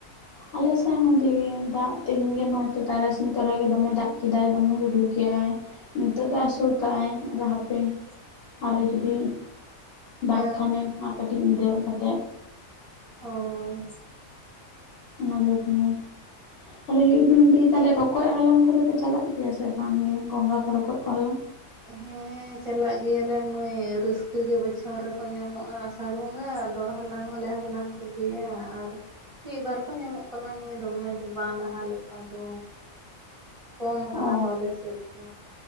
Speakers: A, on the left; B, on the right.
A: ᱟᱞᱮ ᱥᱮᱫ ᱦᱚᱸ ᱫᱤ ᱫᱟᱜ ᱛᱮᱦᱮᱧ ᱜᱮ ᱱᱚᱦᱚᱛᱚ ᱛᱟᱨᱟᱥᱤᱧ ᱛᱚᱨᱟ ᱜᱮ ᱫᱚᱢᱮ ᱫᱟᱜ ᱠᱮᱫᱟᱭ ᱫᱚᱢᱮ ᱦᱩᱰᱩᱨ ᱠᱮᱜᱟᱭ ᱱᱤᱛᱚᱜ ᱫᱚᱭ ᱟᱹᱥᱚᱲ ᱠᱟᱜᱟᱭ ᱟᱫᱚ ᱦᱟᱯᱮ ᱟᱨᱚ ᱡᱩᱫᱤ ᱫᱟᱜ
B: ᱦᱮᱸ
A: ᱠᱷᱟᱱᱮ
B: ᱦᱮᱸ
A: ᱟᱨ ᱠᱟᱹᱴᱤᱡ ᱧᱤᱫᱟᱹ ᱧᱚᱜ ᱠᱟᱛᱮ
B: ᱦᱳᱭ
A: ᱢᱟ ᱞᱟᱹᱭ ᱛᱟᱞᱟᱝ ᱢᱮ ᱛᱟᱦᱚᱞᱮ ᱞᱟᱹᱭ ᱫᱤ ᱨᱚᱠᱚᱡ ᱦᱟᱞᱟᱝ ᱠᱚᱫᱚ ᱯᱮ ᱪᱟᱞᱟᱜ ᱜᱮᱭᱟ ᱥᱮ ᱵᱟᱝ ᱜᱮ ᱜᱚᱸᱜᱷᱟ ᱠᱚ ᱨᱚᱠᱚᱡ ᱠᱚ ᱦᱟᱞᱟᱝ
B: ᱦᱮᱸ ᱪᱟᱞᱟᱜ ᱜᱮᱭᱟᱞᱮ ᱢᱟᱹᱭ ᱨᱟᱹᱥᱠᱟᱹ ᱜᱮ ᱵᱚᱪᱷᱚᱨ ᱨᱮᱠᱚ ᱧᱟᱢᱚᱜᱼᱟ ᱟᱥᱟᱲ ᱵᱚᱸᱜᱟ ᱟᱫᱚ ᱦᱟᱞᱟᱝ ᱦᱚᱞᱮ ᱦᱟᱞᱟᱝ ᱠᱚ ᱜᱮᱭᱟ ᱟᱨ ᱢᱤᱫ ᱵᱟᱨ ᱠᱚ ᱧᱟᱢᱚᱜ ᱠᱟᱱᱟ ᱢᱟᱹᱭ ᱫᱚᱢᱮ ᱫᱚ ᱵᱟᱝ ᱞᱟᱦᱟ ᱞᱮᱠᱟ ᱫᱚ ᱠᱚᱢ ᱟᱠᱟᱱᱟ
A: ᱚ
B: ᱠᱚ ᱟᱞᱮ ᱥᱮᱫ ᱫᱚ